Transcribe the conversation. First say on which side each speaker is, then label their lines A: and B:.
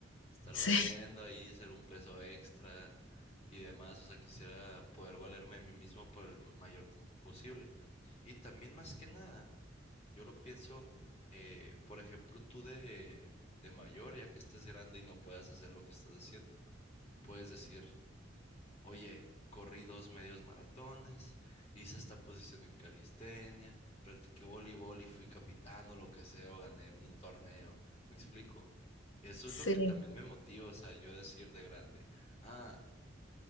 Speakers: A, on the left; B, on the left.
A: estar
B: <laughs>
A: valiendo ahí, ser un peso extra y demás, o sea, quisiera poder valerme a mí mismo por el ma- mayor tiempo posible. Y también más que nada, yo lo pienso, eh, por ejemplo, tú de, de mayor, ya que estés grande y no puedas hacer lo que estás haciendo, puedes decir Oye, corrí dos medios maratones, hice esta posición en calistenia, practiqué voleibol y fui capitán o lo que sea, o gané un, un torneo. ¿Me explico? Eso
B: Sí,
A: es lo que
B: sí.
A: también me motiva, o sea, yo decir de grande, ah,